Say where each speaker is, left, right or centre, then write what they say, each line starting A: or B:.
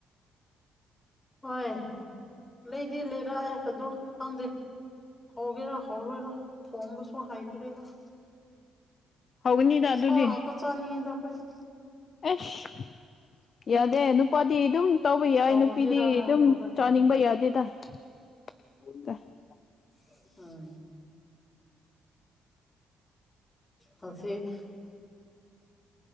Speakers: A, on the left; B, on the left.
A: ꯍꯣꯏ ꯂꯩꯗꯤ ꯂꯩꯔꯑꯦ ꯑꯗꯣ ꯈꯪꯗꯦ ꯍꯧꯒꯦꯔ ꯍꯥꯎꯔꯣꯏꯔ ꯊꯣꯡꯕꯁꯨ ꯍꯩꯇ꯭ꯔꯦꯗ
B: ꯍꯧꯒꯅꯤꯗ ꯑꯗꯨꯗꯤ
A: ꯁꯥ ꯉꯥꯛꯇ ꯆꯥꯅꯤꯡꯉꯤꯗ ꯑꯈꯣꯏꯗꯤ
B: ꯑꯦꯁ
A: <inaudible>
B: ꯌꯥꯗꯦ ꯅꯨꯄꯥꯗꯤ ꯑꯗꯨꯝ ꯇꯧꯕ ꯌꯥꯏ
A: ꯍꯧꯒꯦꯔꯥ
B: ꯅꯨꯄꯤꯗꯤ ꯑꯗꯨꯝ
A: ꯍꯧꯔꯣꯏ
B: ꯆꯥꯅꯤꯡꯕ ꯌꯥꯗꯦꯗ <unintelligible>
A: <unintelligible> ꯍꯧꯖꯤꯛ